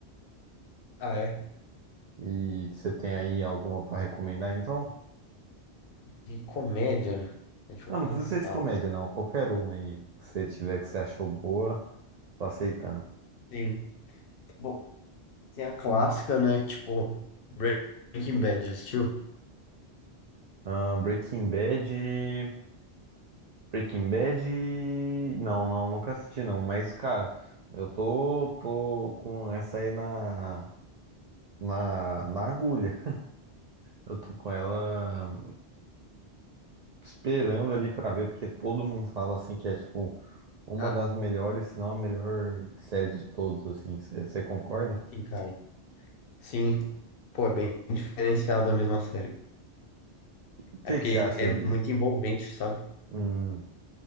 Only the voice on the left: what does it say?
Ah, é?
De comédia, deixa
eu pensar.
Sim. Bom, tem a clássica, né? Tipo, Breaking Bad, já assistiu?
Cara,
sim, cara. Sim. Pô, é bem diferenciado a mesma série.
É porque
é
muito
envolvente, sabe?